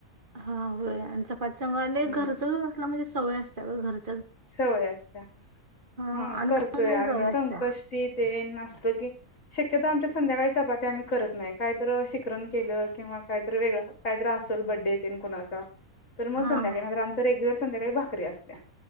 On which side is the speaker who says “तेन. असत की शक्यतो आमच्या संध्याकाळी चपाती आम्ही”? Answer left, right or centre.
Left